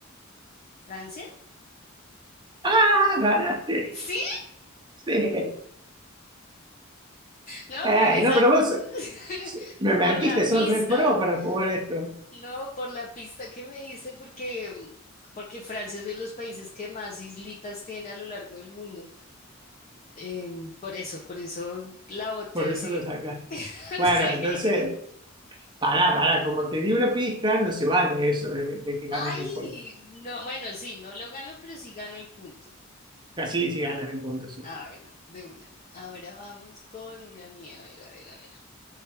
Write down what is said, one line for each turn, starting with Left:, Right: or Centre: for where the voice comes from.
Left: ¿Francia?
Right: ¡Ah, ganaste!
Left: Sí,
Right: <laughs> Sí.
Left: no,
Right: Eh,
Left: con esa.
Right: no, pero vos
Left: <laughs>
Right: so- me mentiste,
Left: Por la
Right: son
Left: pista.
Right: re pro para jugar esto.
Left: No, por la pista que me diste, porque, porque Francia es de los países que más islitas tiene a lo largo del mundo. Em, por eso, por eso la boté
Right: Por
Left: así.
Right: eso lo sacás.
Left: <laughs>
Right: Bueno,
Left: Sí.
Right: entonces, pará, pará, como te di una pista, no se vale eso de, de que ganas
Left: Ay,
Right: el juego.
Left: no, bueno, sí, no lo gano, pero sí gano el punto.
Right: Casi si ganas el punto, sí.
Left: A ver, de una. Ahora vamos con una mía. A ver, a ver, a ver.